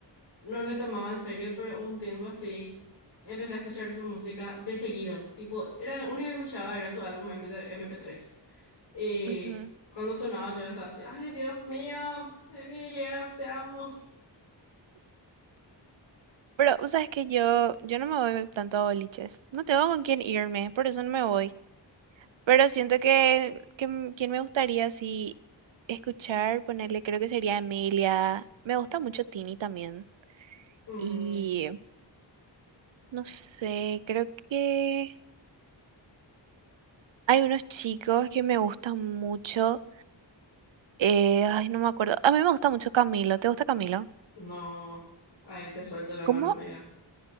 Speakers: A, on the left (about 85°); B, on the right (about 85°).
A: no le tomaba en serio, pero un tiempo así empecé a escuchar su música de seguido. Tipo, era lo único que escuchaba era su álbum mp tres Y
B: ujú.
A: cuando sonaba yo estaba así, ay Dios mío, Emilia, te amo.
B: Pero, o sea, es que yo, yo no me voy tanto a boliches. No tengo con quién irme, por eso no me voy. Pero siento que, que m- quien me gustaría así escuchar, ponerle, creo que sería Emilia. Me gusta mucho Tini también.
A: Mm,
B: Y no sé, creo que hay unos chicos que me gustan mucho. Eh, ay, no me acuerdo. A mí me gusta mucho Camilo. ¿Te gusta Camilo?
A: no, ahí te suelto la
B: ¿Cómo,
A: mano, amiga.